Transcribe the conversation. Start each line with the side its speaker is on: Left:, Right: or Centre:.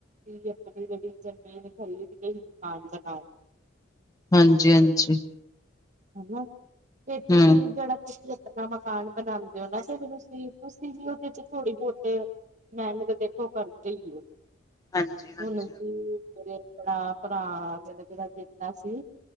Right: ਏ, ਆਪਨੀ ਜੇੜੀ ਜ਼ਮੀਨ ਖਰੀਦ ਕੇ ਹੀ ਮਕਾਨ ਬਨਾਓ
Left: ਹਾਂਜੀ, ਹਾਂਜੀ।
Right: <unintelligible> ਤੇ ਤੁਸੀ
Left: ਹੂੰ
Right: ਜੇੜਾ ਤੁਸੀਂ ਆਪਣਾ ਮਕਾਨ ਬਣਾਉਂਦੇ ਔ ਨਾ, ਫੇਰ ਤੁਸੀਂ, ਤੁਸੀਂ ਵੀ ਉਹਦੇ ਚ ਥੋੜੀ ਬਹੁਤ <unintelligible> ਦੇਖੋ ਕਰਦੇ ਹੀ ਹੋ।
Left: ਹਾਂਜੀ-ਹਾਂਜੀ,
Right: ਹੁਣ ਜੀ, ਮੇਰੇ ਜਿਹੜਾ ਭਰਾ ਮੇਰਾ ਜਿਹੜਾ ਚਹੇਤਾ ਸੀ।